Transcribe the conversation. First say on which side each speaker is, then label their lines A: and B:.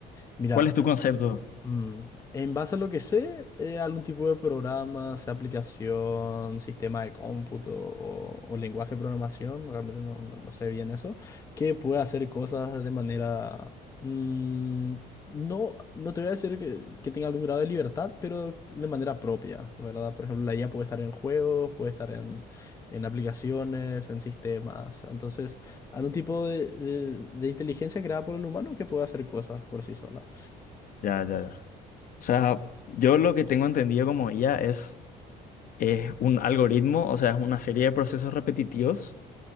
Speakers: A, on the left; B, on the left.
A: Mira,
B: ¿Cuál es tu concepto?
A: Mm, En base a lo que sé, eh, algún tipo de programa, sea aplicación, sistema de cómputo o, o lenguaje de programación, realmente no, no- no sé bien eso, que puede hacer cosas de manera... mm, no, no te voy a decir que, que tenga algún grado de libertad, pero de manera propia, ¿verdad? Por ejemplo, la IA puede estar en juegos, puede estar en, en aplicaciones, en sistemas. Entonces, algún tipo de, de de inteligencia creada por el humano que puede hacer cosas por sí sola.
B: Ya, ya, ya. O sea, yo lo que tengo entendido como IA es, es un algoritmo, o sea, es una serie de procesos repetitivos